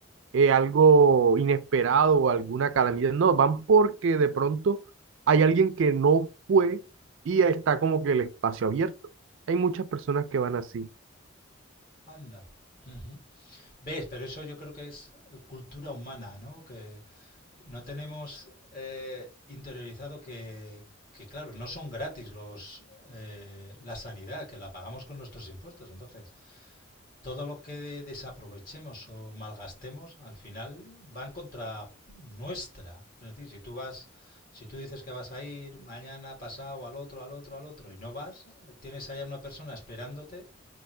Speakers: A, on the right; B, on the left.
A: eh, algo inesperado o alguna calamidad, no, van porque de pronto hay alguien que no fue y está como que el espacio abierto. Hay muchas personas que van así,
B: Anda. Ujú. ¿Ves? Pero eso yo creo que es eh, cultura humana, ¿no? Que no tenemos eh, interiorizado que, que, claro, no son gratis los, eh, la sanidad, que la pagamos con nuestros impuestos. Entonces, todo lo que desaprovechemos o malgastemos al final va en contra nuestra. Es decir, si tú vas, si tú dices que vas a ir mañana, pasado, al otro, al otro, al otro y no vas, tienes allá una persona esperándote,